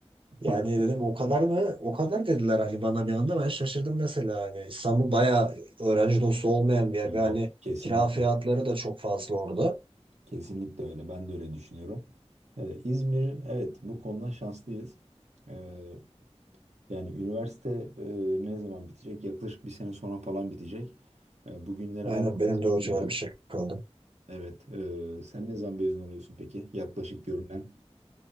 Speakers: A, on the right; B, on the right.
A: Yani dedim o kadar mı? O kadar dediler hani bana bir anda. Ben şaşırdım mesela hani. İstanbul bayağı öğrenci dostu olmayan bir yer. Ve hani
B: Yok kesinlikle.
A: kira fiyatları da çok fazla orada.
B: Kesinlikle öyle. Ben de öyle düşünüyorum. Ee, İzmir evet bu konuda şanslıyız. Ee, yani üniversite e, ne zaman bitecek? Yaklaşık bir sene sonra falan bitecek. Ee, bugünleri
A: Aynen
B: aramız
A: benim
B: bilmiyorum.
A: de o civar bir şey kaldım.
B: Evet. e, sen ne zaman mezun oluyorsun peki? Yaklaşık görünen.